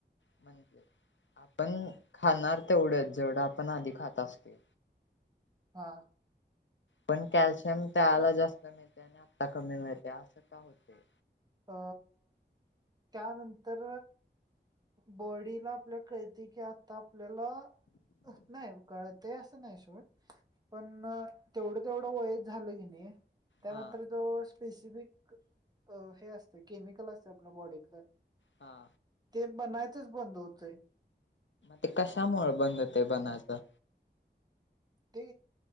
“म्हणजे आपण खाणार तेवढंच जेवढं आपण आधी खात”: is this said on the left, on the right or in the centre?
Left